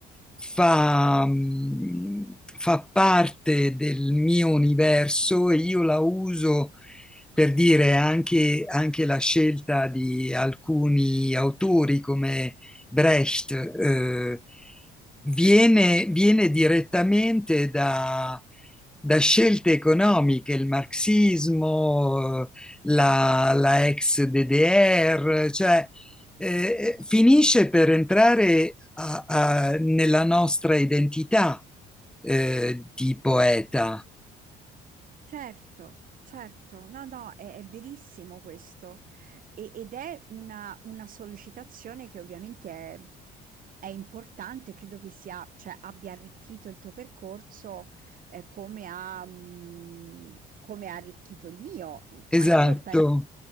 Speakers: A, in the centre; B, on the right.
A: fa, mh, fa parte del mio universo e io la uso per dire anche, anche la scelta di alcuni autori come Brecht, eh, viene, viene direttamente da, da scelte economiche, il marxismo, la, la ex DDR, cioè eh, eh, finisce per entrare a, a, nella nostra identità eh, di poeta.
B: Certo, certo, no, no, è, è verissimo questo E- ed è una, una sollecitazione che ovviamente è, è importante, credo che sia, cioè, abbia arricchito il tuo percorso eh, come ha, mh, come ha arricchito il mio. Anch'io
A: Esatto.
B: pe-